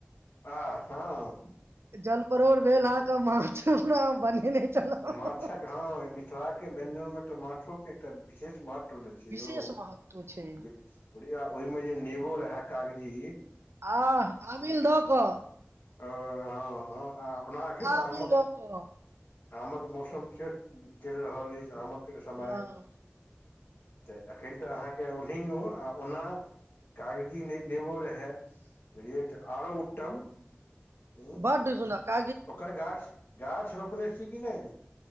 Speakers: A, on the left (about 60°); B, on the right (about 80°).
A: आ हँ
B: जल परोर भेल अहाँके माछरो बनेने छलहुँ
A: माछक हँ मिथिला के व्यंजन मे तऽ माछोक के एकटा विशेष महत्व ने छै से
B: विशेष
A: यौ
B: महत्व छै
A: बढ़िया ओहिमे जे नेबो रहै कागजी
B: आ आमिल दऽ कऽ
A: ओ हँ आ ओना एखन
B: आमिल
A: तऽ आमक
B: दऽ कऽ
A: आमक मौसम से चलि रहल अछि आमक समय
B: हँ
A: तऽ एखन तऽ अहाँके ओहि ओना कागजी नेबो रहे हे बुझियै त आरो उत्तम हूं
B: कतेक सुनब
A: ओकर गाछ गाछ रोपने छी कि नहि